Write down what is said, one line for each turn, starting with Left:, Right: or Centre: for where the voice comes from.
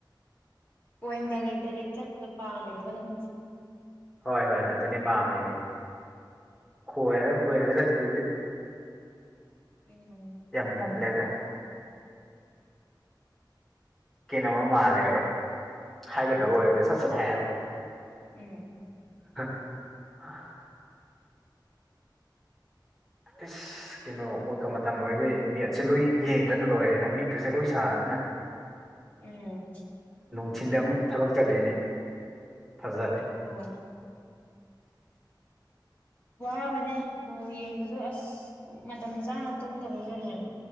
Left: ꯄꯣꯏꯟ ꯗꯥꯔꯦ ꯗꯥꯔꯦꯦꯛ ꯆꯠꯄꯗꯣ ꯄꯥꯝꯃꯤꯔꯣꯕ ꯅꯪꯁꯦ
Centre: ꯍꯣꯏ ꯍꯣꯏ ꯑꯗꯨꯅꯤ ꯄꯥꯝꯃꯤꯁꯦ ꯈꯣꯏꯔꯒ ꯈꯣꯏꯔꯒ ꯆꯠꯄꯗꯨꯗꯤ
Left: ꯎꯝ
Centre: ꯌꯦ ꯇꯜꯂꯦꯗ ꯀꯩꯅꯣꯝꯃ ꯃꯥꯜꯂꯦꯕ ꯍꯥꯏꯦ
Left: ꯎꯝ
Centre: ꯇ ꯍꯣꯦ ꯁꯠ ꯁꯠ ꯍ ꯍꯥꯏ ꯍ
Left: ꯎꯝ
Centre: ꯑ ꯏꯁꯁ ꯀꯩꯅꯣ ꯑꯣꯔꯀ ꯃꯇꯝ ꯑꯣꯏꯕꯩ ꯃꯦꯠꯁꯦ ꯂꯣꯏ ꯌꯦꯡꯗꯅ ꯂꯣꯏꯔꯦꯗ ꯃꯤꯠꯀꯁꯦ ꯂꯣꯏ ꯁꯥꯗꯅ
Left: ꯎꯝ
Centre: ꯊꯤꯟꯗ ꯑꯃꯨꯛ ꯊꯕꯛ ꯆꯠꯂꯤꯅꯦ ꯐꯖꯔꯦ
Left: ꯑꯣ ꯋꯥ ꯃꯅꯦ ꯌꯦꯡꯕꯁꯨ ꯑꯁ ꯃꯇꯝ ꯆꯥꯅ ꯇꯨꯝꯗꯕꯅꯦꯕ